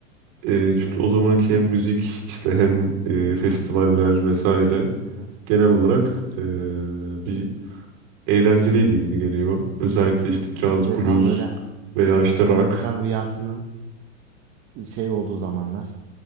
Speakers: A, on the right; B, on the right.
A: Ee, çünkü
B: Evet.
A: o zamanki hem müzik işte hem ee, festivaller vesaire
B: Hı hı.
A: genel olarak eee, bir eğlenceliydi gibi geliyor. Özellikle işte caz,
B: Yani bir de
A: blues
B: tam böyle
A: veya
B: evet
A: işte
B: Amerikan
A: rock.
B: rüyasının şey olduğu zamanlar,